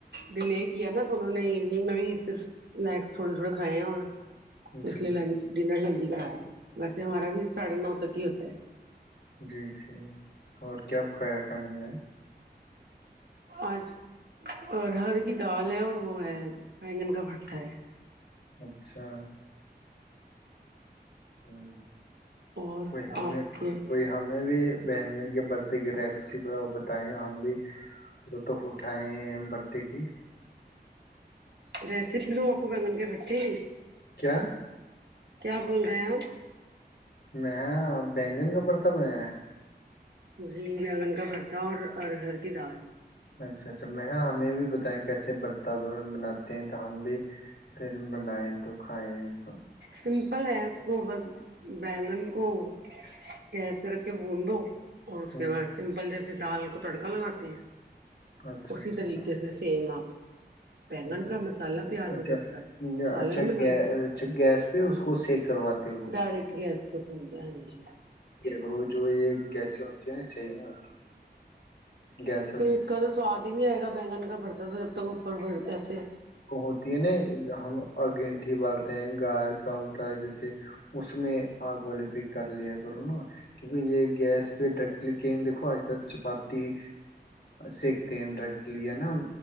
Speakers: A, on the right (about 75°); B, on the left (about 70°).
A: ڈیلے کیا نا تو انہوں نے ایوننگ میں بھی صرف اسنیکس تھوڑے تھوڑے کھائے ہیں اور تو اس
B: جی
A: لیے لنچ ڈنر جلدی ویسے ہمارا بھی ساڑھے نو تک ہی ہوتا ہے
B: جی جی اور کیا پکایا کھانے میں آئے
A: آج ہر ہر کی دال ہے اور وہ ہے بینگن کا برت ہے
B: اچھا ہاں
A: اور
B: کوئی ہمیں
A: آپ کے
B: کوئی ہمیں بھی بگن کے برتے کی ریپسی بتائے ہم بھی لطف اٹھائے برتی کی
A: ریسیپ لوگ آ کو بینگن کے کھٹتی
B: کیا
A: کیا بول رہے ہیں آپ
B: میں بینگن کا بڑتا بنایا
A: جی رگن کا بھرتا اور ارہر کی دال
B: اچھا اچھا میں ہمیں بھی بتائ کیسے برتا بناتے ہیں تو ہم بھی پھر بنائے تو کھائیں تو
A: سمپل ہے اس کو بس بینگن کو گیس پہ رکھ کے بھون دو اور
B: ہوں
A: اس کے بعد سمپل جیسے دال کو تڑکا لگاتے ہیں
B: اچھا
A: اسی
B: اچھا
A: طریقے سے سیم آ بینگن
B: اچھا
A: کا مسالہ تیار
B: اچھا
A: کر کے سب
B: یا-
A: سالے
B: اچھا
A: ن منا
B: گے
A: لو
B: اچھا گیس پہ اس کو سیک کرواتے ہو
A: ڈائریکٹ گیس پہ فون د ہاں جی
B: د رو جو یہ گیسی ہوتی ہیں نا صحیح نہیں ہوتی گیس
A: فی
B: والی
A: اس کا سواد نہیں آئےا بینگن کا بڑھتا تک تو اوپر ایسے
B: ہوتی ہے ن ہم اور گینٹھی بالتے ہیں گار کا ہوتا ہے جیسے اس میں آگ والے پہ کر لیا کرو نا کیونکہ یہ گیس پہ ڈائریکٹلی کہیں دیکو آج کل چپاتی سکتے ہیں ڈائریکٹلی ہے نا